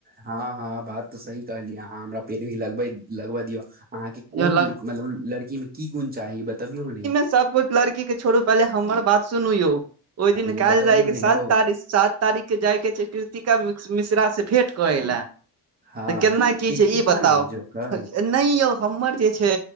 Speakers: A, on the right; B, on the right.
A: हँ हँ बात त सही कहलियै अहाँ हमरा पैरबी लगबे लगबै दियो अहाँके कोन
B: यौ लग
A: मतलब लड़की में की गुण चाही बतबियौ ने
B: सब कुछ लड़की के छोड़ू पहिले हमर बात सुनू यौ ओहि दिन कल
A: य बतबियौ
B: जाय के सात
A: ने यौ
B: साथ तारीख के जाय के छै कृतिका मिश्रा से भेंट करे लऽ
A: हँ
B: त केना की
A: कीर्तिका
B: छै ई बताउ
A: नाम छै ओकर
B: नहि यौ हमर जे छै